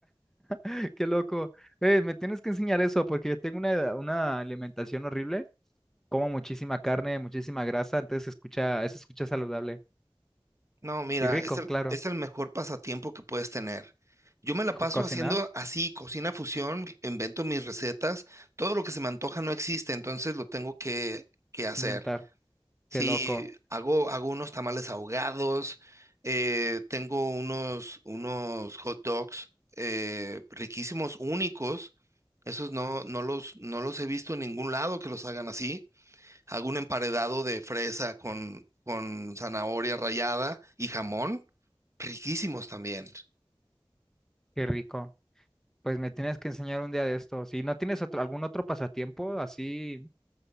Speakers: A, in the centre; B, on the right.
A: <laughs> qué loco. Eh, me tienes que enseñar eso porque yo tengo una, una alimentación horrible. Como muchísima carne, muchísima grasa, entonces se escucha, eso se escucha saludable.
B: No, mira,
A: Y rico,
B: es el,
A: claro.
B: es el mejor pasatiempo que puedes tener. Yo me la
A: Co-
B: paso
A: cocinar,
B: haciendo así, cocina fusión, invento mis recetas, todo lo que se me antoja no existe, entonces lo tengo que, que hacer.
A: inventar.
B: Sí,
A: Qué loco,
B: hago, hago unos tamales ahogados, eh, tengo unos, unos hot dogs eh, riquísimos, únicos. Esos no, no los, no los he visto en ningún lado que los hagan así. Hago un emparedado de fresa con, con zanahoria rallada y jamón. Riquísimos también.
A: qué rico. Pues me tienes que enseñar un día de esto. Si no tienes otro, algún otro pasatiempo así